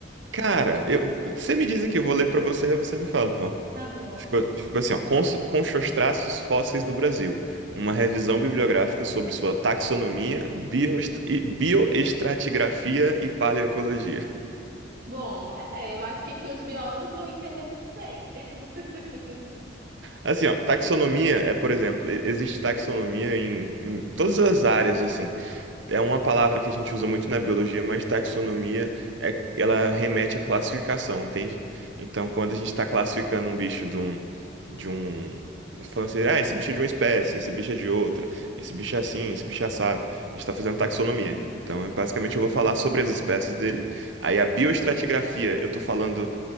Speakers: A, on the right; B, on the right.
A: Cara, eu, você me diz aqui, eu vou ler pra você, aí você me fala,
B: Tá bom.
A: Ficou, ficou assim, ó, com, com seus traços fósseis do Brasil, uma revisão bibliográfica sobre sua taxonomia, bioest- e- bioestratigrafia e paleoecologia.
B: Bom, é, eu acho que, que os biólogos vão entender muito bem. <laughs>
A: Assim, ó, taxonomia é, por exemplo, e- existe taxonomia em, em todas as áreas, assim, é uma palavra que a gente usa muito na biologia, mas taxonomia é, ela remete à classificação, entende? Então, quando
B: Sim.
A: a gente está classificando um bicho de um, de um, falando assim, ah, esse bicho é de uma espécie, esse bicho é de outra, esse bicho é assim, esse bicho é assado, a gente está fazendo taxonomia. Então, é, basicamente, eu vou falar sobre as espécies dele. Aí, a bioestratigrafia, eu estou falando